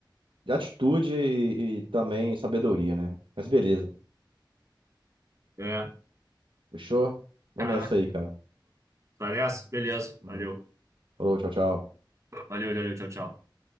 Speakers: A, on the right; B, on the right.
A: de atitude e, e também sabedoria, né? Mas beleza.
B: É,
A: Fechou? Vou
B: cara.
A: nessa aí, cara.
B: Parece? Beleza.
A: Uhum.
B: Valeu.
A: Falou, tchau, tchau.
B: Valeu, valeu, tchau, tchau.